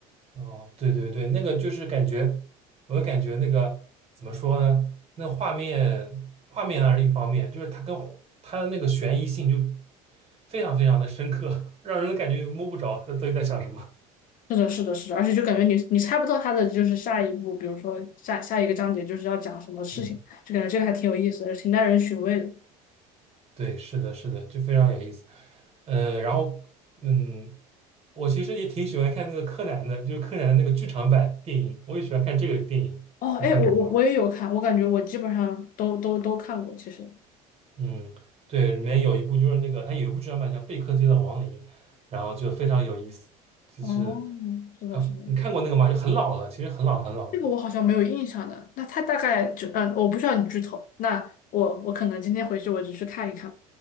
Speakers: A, on the right (about 35°); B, on the left (about 50°).
A: 哦，对对对，那个就是感觉，我的感觉那个怎么说呢？那画面画面还是一方面，就是它跟它的那个悬疑性就非常非常的深刻，<laughs> 让人感觉摸不着他到底在想什么。
B: 是的，是的，是的，而且就感觉你你猜不到他的就是下一步，比如说下下一个章节就是要讲什么事情，
A: 嗯。
B: 就感觉这个还挺有意思的，挺耐人寻味的。
A: 对，是的，是的，就非常有意思。嗯，然后嗯，我其实也挺喜欢看那个柯南的，就是柯南的那个剧场版电影，我也喜欢看这个电影，
B: 哦，
A: 你看过吗？
B: 哎，我我我也有看，我感觉我基本上都都都看过，其实。
A: 嗯，对，里面有一部就是那个，它有一部剧场版叫《贝克街的亡灵》，然后就非常有意思，就是
B: 哦，是的，
A: 它，
B: 是的。
A: 你看过那个吗？就很老了，其实很老很老的。
B: 这个我好像没有印象的。那他大概就嗯，我不需要你剧透。那我我可能今天回去我就去看一看。